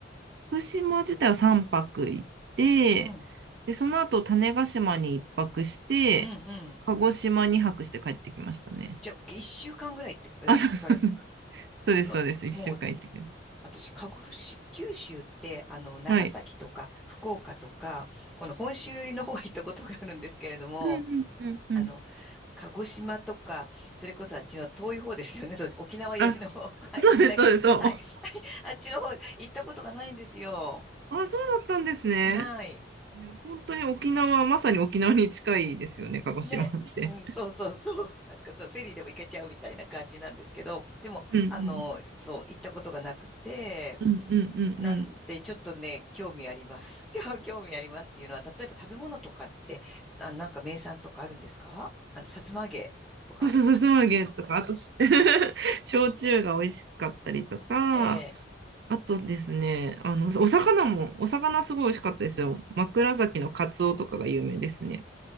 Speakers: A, on the right (about 55°); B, in the centre.
A: 福島自体は3泊行って、
B: うん、うん、
A: で、その後種子島に1泊して、
B: うん。
A: 鹿児島に泊して帰ってきましたね。
B: じゃあ、一週間ぐらいってえ行かれ、
A: あ、そうそうそう。そうです、
B: うわもう、
A: そうです。一週間行ってきまし
B: 私、鹿児島、九州って、あの、長崎とか、
A: た。はい。
B: 福岡とか、この本州寄りの方は行ったことがあるんですけれども、
A: うんうんうんうん。
B: あの、鹿児島とか、それこそあっちの遠い方ですよね、そう沖縄寄りの方、
A: あ、
B: <laughs> はい、
A: そうです、
B: 北九、
A: そうです、そう。
B: はい、あっちの方行ったことがないんですよ。
A: あ、そうだったんですね。
B: はい。
A: いや、本当に沖縄、まさに沖縄に近いですよね、鹿児島って。
B: ね、うん、そうそうそう。<laughs> なんかそう、フェリーでも行けちゃうみたいな感じなんですけど、でも、
A: うん
B: あの、そう、行ったことがなくて、
A: うんうんうんうんうん。
B: なんで、ちょっとね、興味あります。<laughs> 興興味ありますっていうのは、例えば食べ物とかって、あ、なんか名産とかあるんですかあの、さつま揚げとか。
A: そうそう、さつま揚げとか、あとし、<laughs> 焼酎が美味しかったりとか、
B: ええ
A: あとですね、あの、お魚も、お魚すごい美味しかったですよ。枕崎のカツオとかが有名ですね。